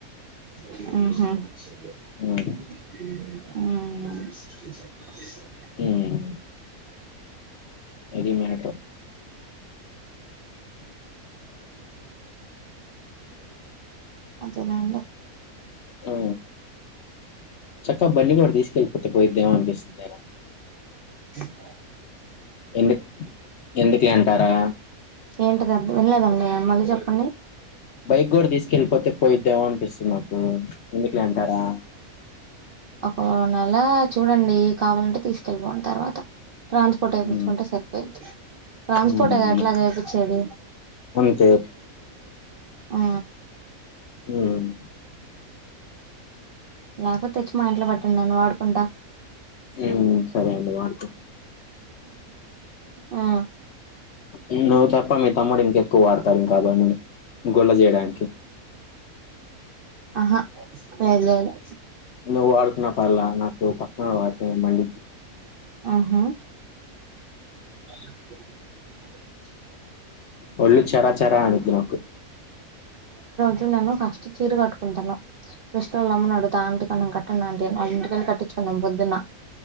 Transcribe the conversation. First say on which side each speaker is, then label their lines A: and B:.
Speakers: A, on the right; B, on the left.
A: ఊహూ
B: ఉమ్
A: స ఊహూ
B: హ్మ్ అది మేటరు
A: అదే లేండి
B: ఓ చక్కగ బండి కూడా తీసుకెళ్ళి పోతే పోయిద్దేమో అనిపిస్తుంది.
A: అ
B: ఎందు ఎందుకు లే అంటారా
A: ఏంటిది వినలేదండి మళ్ళీ చెప్పండి
B: బైక్ గూడ తీసుకెళ్ళిపోతే పోయిద్దేమో అన్ పిస్తు మాకు ఎందుకులే అంటారా
A: ఒక నెల చూడండి కావాలంటే తీసుకెళ్ళిపోండి తర్వాత ట్రాన్స్పోర్ట్ ఏపించుకుంటే
B: ఉమ్
A: సరిపోయిద్ది. ట్రాన్స్పోర్ట్
B: ఉమ్
A: అది ఎట్లాగ ఏపిచ్చేది
B: అంతే
A: ఆ
B: మ్మ్
A: లేపో తెచ్ మా ఇంట్లో పెట్టండి నేను వాడుకుంటా
B: మ్మ్ సరే అండి వాడుకో
A: ఆ
B: ను నువ్ చెప్ప మీ తమ్ముడినీ ఎక్కువ వాడతారు ఏమ్ కాదా అండి గొల్ల చేేయడానికి
A: ఆహా లేద్ లేదులే
B: నువ్ అర్కు నా ప్పర్ళ నాకు పక్కనంలో రాస మండి
A: ఆహా <inaudible>
B: ఒళ్ళు చెరా చెరా అనిది నోకు
A: తు నన్ను ఫస్ట్ చీర కట్టుకుంటన్న ఫస్ట్ లోమ్మని అడుతా ఆంటి కం కట్టండి అంటి అ ఇంటికళ్ళ కట్టించుకుందాం పొద్దున్న